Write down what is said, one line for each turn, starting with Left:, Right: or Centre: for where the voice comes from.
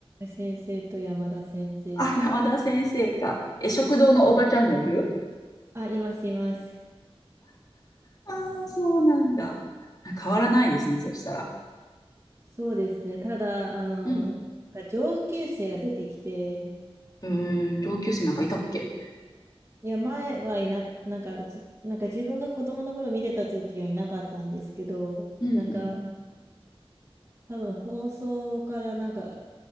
Right: 先生と山田先生と。
Left: あ、山田先生か。え、食堂のおばちゃんもいる
Right: あ、います、います。
Left: ああ、そうなんだ。あ変わらないですね、そうしたら。
Right: そうですね。ただ、あの、
Left: うん。
Right: 上級生が出てきて、
Left: えー、上級生なんかいたっけ
Right: いや、前はいなか、なんかず、なんか自分が子供の頃見てた時はいなかったんですけど、
Left: うんうん。
Right: なんか、多分放送からなんか